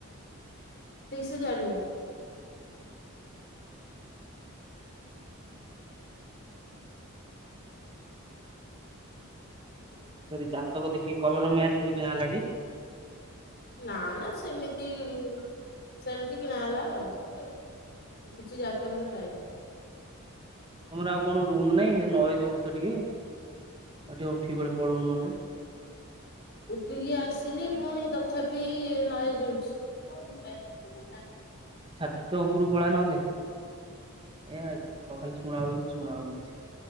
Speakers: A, on the left; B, on the right.
A: ଠିକ୍ ସେ ଜାଣିନି। <inaudible>
B: ସରି ଜାତକ ଦେଖିକି କଲର ମ୍ୟାଚ କରିକି କିଣାହେଲା ଟି?
A: ନା ନା ସେମିତିଇ ସେମିତି କିଣା ହେଲା ଆଉ। କିଛି ଜାତକଦେଖା ହେଇନି।
B: ତମର ଆଉ କଣ ରୁମ୍ ନାଇ ନଏଜ ହଉଚି ତ ଟିକେ ଆ ଟିକେ ଉଠିଯି କୁଆଡେ ପଳଉନ ନହେଲେ।
A: ଉଠିକି ଆସିଲି ପୁଣି ତଥାପି ନଏଜେ ହଉଛି।
B: ଛାତ ଉପରୁ ପଳା ନହେଲେ। ଏଆଇ ହଁ ଖାଲି ଶୁଣା ହଉଚି କିନ୍ତୁ ଶୁଣା ହଉନି କିଛି